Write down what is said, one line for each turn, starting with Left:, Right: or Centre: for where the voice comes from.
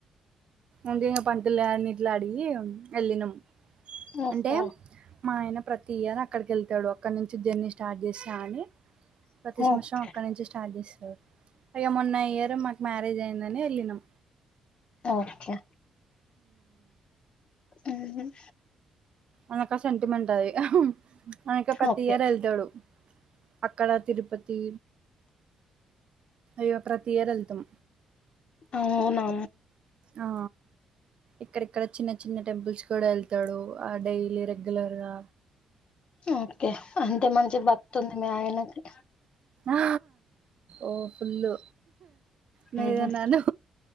Right: అంటిగా పంతులు గారిని గిట్ల అడిగి ఎళ్ళినం
Left: ఓకే
Right: అంటే మా ఆయన ప్రత్ తీయని అక్కడికెళ్తడు అక్కడ్నుంచి జర్నీ స్టార్ట్ చేస్త అని ప్రతి
Left: ఓకే
Right: సంవత్సరం అక్కడి నుంచి స్టార్ట్ జేస్తడు ఇగ మొన్న ఇయర్ మాకు మ్యారేజ్ అయిందని ఎళ్ళినం
Left: ఓకే ఉమ్ హ్
Right: ఆనకది సెంటిమెంట్ అది అందుకే ప్రతి
Left: ఓకే
Right: ఇయర్ ఎళ్తడు అక్కడ తిరుపతి ఇగ ప్రతి ఇయర్ ఎల్తం
Left: అవునా
Right: ఆ ఇక్కడిక్కడ చిన్న చిన్ న్న టెంపుల్స్ కూడ ఎళ్తడు ఆ డైలీ రెగ్యులర్ గా
Left: ఓకే అంత మంచి బక్తుంది మీ ఆయనకి
Right: ఆ ఓ ఫుళ్ళు నువ్ ఏదన్న
Left: ఉమ్,
Right: అనూ